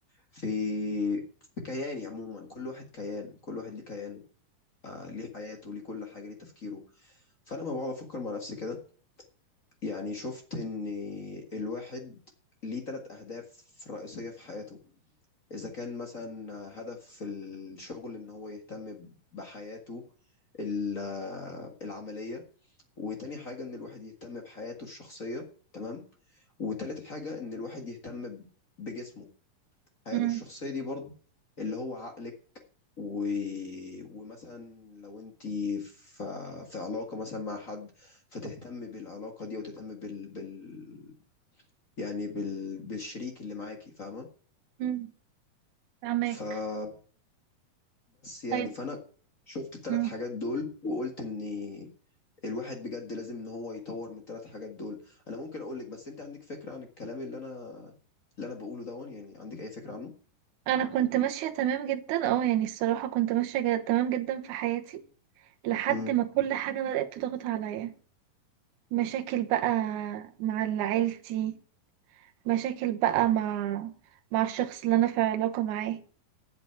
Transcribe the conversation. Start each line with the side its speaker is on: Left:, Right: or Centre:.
Left: في في كياني عموما كل واحد كيان كل واحد ليه كيانه آه ليه حياته ليه كل حاجه ليه تفكيره فانا ما بقعد افكر مع نفسي كده يعني شفت ان الواحد ليه ثلاث اهداف رئيسيه في حياته اذا كان مثلا هدف في الشغل ان هو يهتم بحياته ال- آه، العمليه وتاني حاجة إن الواحد يهتم بحياته الشخصية تمام وتالت حاجة إن الواحد يهتم ب- بجسمه حياته
Right: امم
Left: الشخصية دي برضه اللي هو عقلك و... ومثلا لو انت في في علاقة مثلا مع حد فتهتم بالعلاقة دي وتهتم بال... بال... يعني بال... بالشريك اللي معاكي فاهمة
Right: امم فاهمك
Left: فبس يعني
Right: طيب
Left: فأنا شفت الثلاث
Right: امم
Left: حاجات دول وقلت اني الواحد بجد لازم ان هو يطور من الثلاث حاجات دول انا ممكن اقول لك بس انت عندك فكرة عن الكلام اللي انا اللي انا بقوله دون يعني عندك اي فكرة عنه
Right: انا كنت ماشيه تمام جدا اه يعني الصراحه كنت ماشيه جد- تمام جدا في حياتي لحد
Left: امم
Right: ما كل حاجه بدات تضغط عليا مشاكل بقى مع عيلتي مشاكل بقى مع مع الشخص اللي انا في علاقة معاه